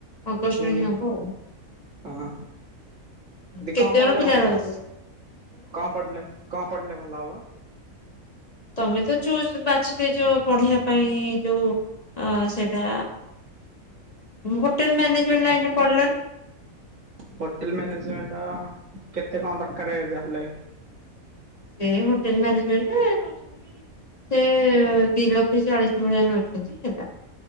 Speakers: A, on the left (about 30°); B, on the right (about 60°).
A: ଅଗଷ୍ଟରେ
B: ହୁଁ
A: ହିଁ ହବ ଆଉ
B: ହ ଦଦି
A: କେତେ
B: କଣ
A: ଜଣ
B: ପଢିଲେ
A: ପିଲା
B: ଭଲ
A: ରହିବେ
B: କଣ ପଢିଲ କଣ ପଢିଲେ ଭଲ ହବ
A: ତମେ ତ ଚୁ ବାଛିଦ ଯୋଉ ପଢିବା ପାଇଁ ଯୋଉ ଅ ସେଟା ହୋଟେଲ ମ୍ୟାନେଜମେଣ୍ଟ ଲ ଏେ ପଡିଲନ
B: ହୋଟେଲ ମ୍ୟାନେଜମେଣ୍ଟ କେତେ କଣ ଦରକାର ଯାହାହେଲେ
A: ସେ ହୋଟେଲ ମାନେଜମଣ୍ଟରେ ନଉଛନ୍ତି ସେ ଦି ଲକ୍ଷ ଚାଳିଶ ଭଳିଆ ନଉଛନ୍ତି ହେଲା